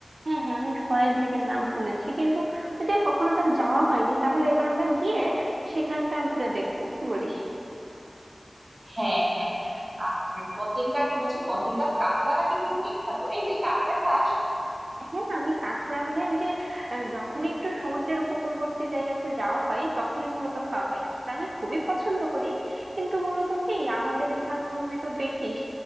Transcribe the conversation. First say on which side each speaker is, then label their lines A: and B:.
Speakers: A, on the right; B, on the right.
A: হ্যাঁ হ্যাঁ আমি ফয়েজ লেকের নাম শুনেছি কিন্তু ওই যে কখনো তো আর যাওয়া হয়নি তাহলে এবার আমরা গিয়ে সেখানটা ঘুরে দেখবো কি বলিস
B: হ্যাঁ হ্যাঁ আর পতেঙ্গার শুনেছি পতেঙ্গার কাঁকড়া নাকি খুব বিখ্যাত এই তুই কাঁকড়া খাস
A: হ্যাঁ আমি কাঁকড়া মানে ওই যে আহ, যখনই একটু সমুদ্রের উপকূলবর্তী জায়গাতে যাওয়া হয় তখনই মূলত খাওয়া হয় কাঁকড়া আমি খুবই পছন্দ করি কিন্তু মূলত কি আমাদের এখানে তো দেখিস